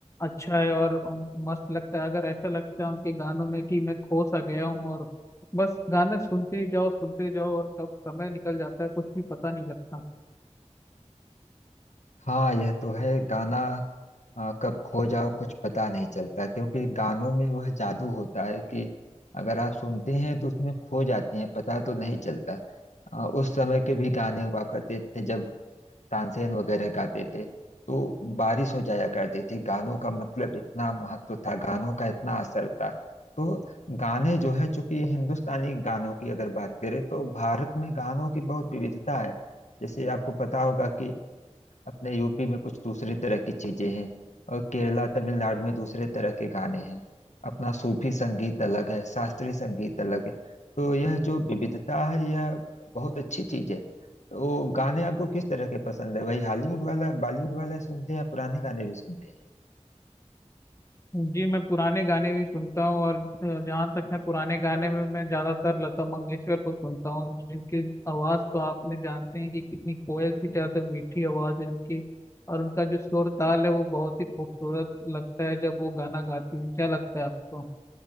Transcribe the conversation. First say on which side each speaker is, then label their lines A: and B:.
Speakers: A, on the left; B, on the left.
A: अच्छा है और मस्त लगता है अगर ऐसा लगता है उनके गानों में कि मैं खो सा गया हूँ और बस गाना सुनते ही जाओ सुनते जाओ और कब समय निकल जाता है कुछ भी पता नहीं लगता
B: हाँ यह तो है गाना आ, कब खो जाओ कुछ पता नहीं चलता क्योंकि गानों में वह जादू होता है कि अगर आप सुनते हैं तो उसमें खो जाते हैं पता तो नहीं चलता आ, उस समय के भी गाने हुआ करते थे जब तानसेन वगैरह गाते थे तो बारिश हो जाया करती थी गानों का मतलब इतना महत्व था गानों का इतना असर था तो गाने जो है चूंकि हिंदुस्तानी गानों की अगर बात करें तो भारत में गानों की बहुत विविधता है जैसे आपको पता होगा कि अपने यूपी में कुछ दूसरी तरह की चीजें हैं और केरला तमिलनाडु में दूसरे तरह के गाने हैं अपना सूफी संगीत अलग है शास्त्रीय संगीत अलग है तो यह जो विविधता है यह बहुत अच्छी चीज है तो गाने आपको किस तरह के पसंद है वही हॉलीवुड वाला बॉलीवुड वाला ही सुनते हैं या पुराने गाने भी सुनते हैं
A: जी मैं पुराने गाने भी सुनता हूँ और जहाँ तक है पुराने गाने में मैं ज्यादातर लता मंगेशकर को सुनता हूँ जिनकी आवाज तो आपने जानते हैं कि कितनी कोयल सी ज्यादा मीठी आवाज है उनकी और उनका जो सुर ताल है वो बहुत ही खूबसूरत लगता है जब वो गाना गाती हैं क्या लगता है आपको